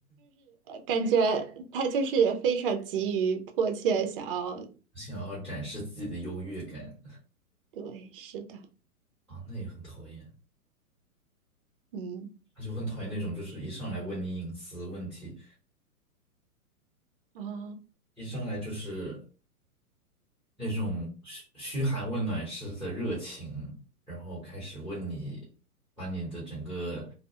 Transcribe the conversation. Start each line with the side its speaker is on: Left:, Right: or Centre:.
Right: 感觉他就是非常急于迫切想要，
Centre: 想要展示自己的优越感
Right: 对，是的，
Centre: 啊，那也很讨厌，
Right: 嗯，
Centre: 就很讨厌那种就是一上来问你隐私问题，
Right: 啊
Centre: 一上来就是。那种嘘嘘寒问暖式的热情，然后开始问你，把你的整个